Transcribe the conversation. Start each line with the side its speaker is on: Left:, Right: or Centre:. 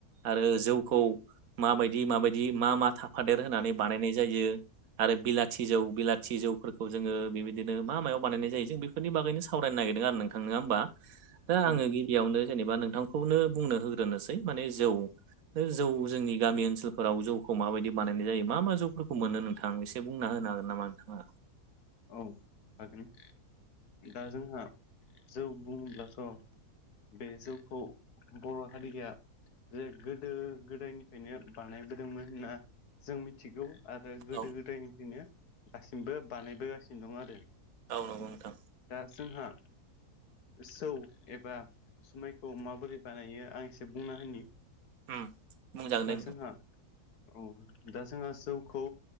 Right: आरो जौखौ माबायदि माबायदि मा मा थाफादेर होनानै बानायनाय जायो आरो बिलाथि जौ बिलाथि जौफोरखौ जोङो बेबायदिनो मा मायाव बानायनाय जायो जों बेफोरनि बागैनो सावरायनो नागिरदों आरो नोंथां नोङा होमबा। दा
Left: औ
Right: आङो गिबियावनो जेनेबा नोंथांखौनो बुंनो होग्रोनोसै माने जौ जौ जोंनि गामि ओनसोलफोराव जौखौ माबायदि बानायनाय जायो मा मा जौफोरखौ मोनो नोंथां एसे बुंना हो नो हागोन नामा नोंथाङा?
Left: औ हागोन दा जोंहा जौ बुङोब्लाथ' बे जौखौ बर' हारिया जे गोदो गोदायनिफ्रायनो बानायबोदोंमोन होनना जों मिथिगौ। आरो गोदो
Right: औ
Left: गोदायनिफ्रायनो दासिमबो बानायबोगासिनो दं आरो।
Right: औ नंगौ नोंथां।
Left: दा जोंहा जौ एबा जुमायखौ माबोरै बानायो आं एसे बुंना होनि।
Right: उम बुंजागोन दे
Left: दा
Right: नोंथां
Left: जोंहा ‌ औ दा जोंहा जौखौ